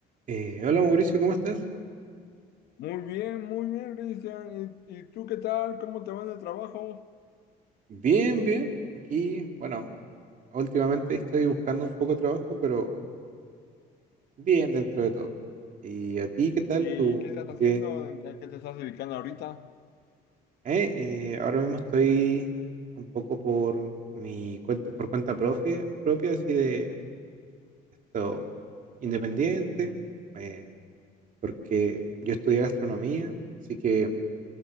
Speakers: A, on the right; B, on the left.
A: Eh, hola Mauricio, ¿cómo estás?
B: Muy bien, muy bien, Cristian. ¿Y, y tú qué tal? ¿Cómo te va en el trabajo?
A: Bien, bien. Aquí, bueno, últimamente estoy buscando un poco de trabajo, pero bien dentro de todo. ¿Y a ti qué tal?
B: ¿Y
A: ¿Tú
B: qué estás haciendo?
A: qué?
B: ¿A qué te estás dedicando ahorita?
A: Eh, eh, ahora mismo estoy un poco por mi cuenta, por cuenta profe- propia, así de todo independiente, eh, porque yo estudié gastronomía, así que